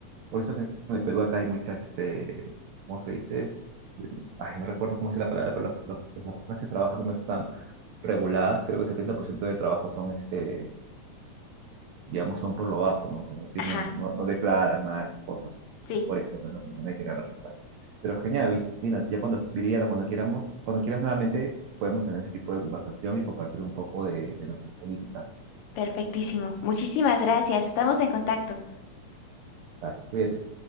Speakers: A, on the right; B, on the left.
A: por eso que en el Perú acá hay mucha, este, ¿cómo se dice? Es- Ay, no recuerdo cómo es la palabra, pero los- los- las personas que trabajan no están reguladas, creo que el 70% de trabajo son este, digamos, son por lo bajo, ¿no? O sea, no tienen,
B: <laughs> Ajá.
A: no, no declaran nada de esas cosas.
B: Sí.
A: Pero es por eso, pues, ¿no? Porque no hay que ganar su plata. Pero genial, Vi- Lina, ya cuando, Viridiana, cuando queramos, cuando quieras nuevamente, podemos tener ese tipo de conversación y compartir un poco de, de nuestras políticas.
B: Perfectísimo. Muchísimas gracias. Estamos en contacto.
A: Vale, cuídate.